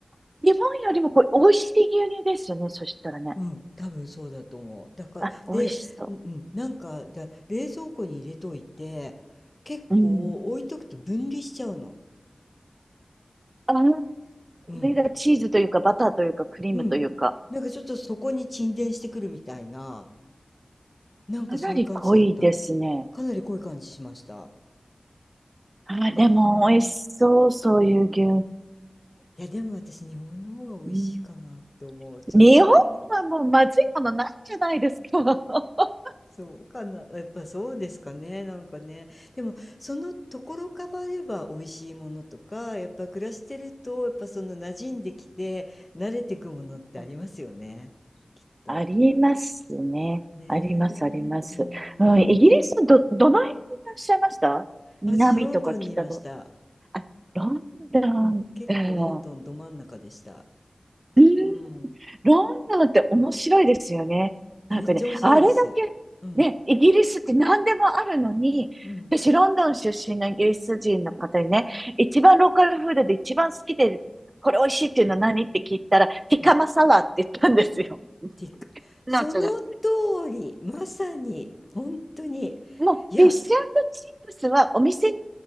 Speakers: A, on the right (about 35°); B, on the left (about 30°).
A: 日本よりもこう、美味しい牛乳ですよね。そしたらね。
B: うん、多分そうだと思う。だから、
A: あ、美味しそう。
B: で、うんうん、なんか、だ、冷蔵庫に入れといて、結構置いとくと分離しちゃうの。
A: うん。あの
B: うん。
A: 上がチーズというか、バターというか、クリームというか、
B: うん。なんかちょっとそこに沈殿してくるみたいな、なんかそういう感じだった。
A: かなり濃いですね。
B: かなり濃い感じしました。
A: あ、
B: ねえ。
A: でも美味しそう、そういう牛乳。
B: いや、でも私、日本の方が美味しいかなって思う、
A: うん、
B: ちょっと。
A: 日本はもうまずいものないじゃないですか。<laughs>
B: そうかな。やっぱそうですかね。なんかね。でも、そのところ変われば美味しいものとか、やっぱ暮らしてると、やっぱその馴染んできて、慣れてくものってありますよね。
A: うん
B: きっと。
A: ありますね。
B: ねえ。
A: あります、あります。
B: うん。
A: うん、イギリスど、どの辺にいらっしゃいました南とか北と
B: 私、ロンドンにいました。
A: あ、ロンドンか。
B: うん、結構ロンドンど真ん中でした。
A: うん、
B: うん。
A: ロンドンって面白いですよね。
B: めっちゃ面白いです。
A: なんかね、あれだけ、
B: うん、
A: ね、イギリスって何でもあるのに、
B: うん、
A: 私、ロンドン出身のイギリス人の方にね、一番ローカルフードで一番好きで、これ美味しいっていうのは何って聞いたら、ティカマサラって言ったんですよ。
B: うん。ティック。
A: なおちゃんが。
B: その通り、まさに、本当に。
A: もう、
B: いや、
A: フィッシュチップスはお店によ